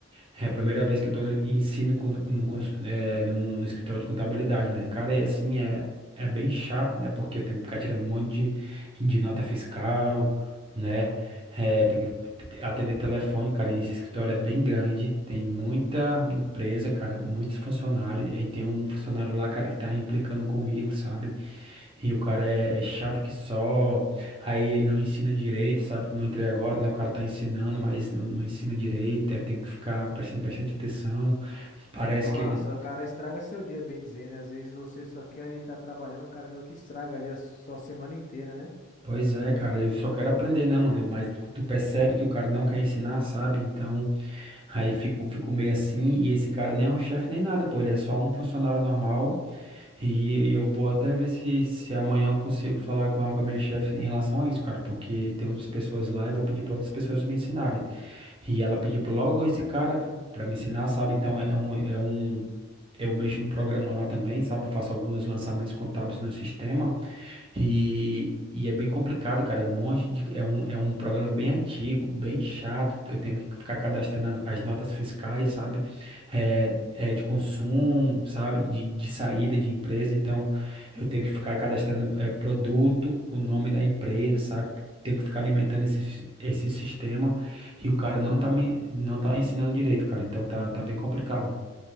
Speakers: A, on the right; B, on the left.
A: é a primeira vez que eu tô em ensino com, num, cons- é, num- no escritório de contabilidade, né, cara, e assim, é, é bem chato, né, porque eu tenho que ficar tirando um monte de, de nota fiscal, né, é, atender telefone, cara, e esse escritório é bem grande, tem muita empresa, cara, muitos funcionários, e aí tem um funcionário lá, cara, que tá implicando comigo, sabe? E o cara é, é chato que só, aí ele não ensina direito, sabe? Como eu entrei agora, né? O cara tá ensinando, mas não, não ensina direito, aí tem que ficar prestando bastante atenção, parece
B: Nossa,
A: que ele
B: cara, estraga seu dia, bem dizendo. Às vezes você só quer ali estar trabalhando, cara, meio que estraga ali a sua semana inteira, né?
A: Pois é, cara, eu só quero aprender, né, mano? Eu- Mas tu tu percebe que o cara não quer ensinar, sabe? Então, aí fico, fico meio assim, e esse cara nem é um chefe nem nada, pô, ele é só um funcionário normal, e, eu vou até ver se, se amanhã eu consigo falar com a, com a minha chefe em relação a isso, cara, porque tem outras pessoas lá, eu vou pedir pra outras pessoas me ensinarem. E ela pediu pra logo esse cara pra me ensinar, sabe? Então, é é um, é um... Eu mexo no programa lá também, sabe? Eu faço alguns lançamentos contábeis no sistema. E, e é bem complicado, cara. É um monte de, é um, é um programa bem antigo, bem chato. Eu tenho que ficar cadastrando as notas fiscais, sabe? É, é de consumo, sabe? De, de saída de empresa. Então, eu tenho que ficar cadastrando é, produto, o nome da empresa, sabe? Tenho que ficar alimentando esse, sis- esse sistema. E o cara não tá me, não tá ensinando direito, cara. Então, tá, tá bem complicado.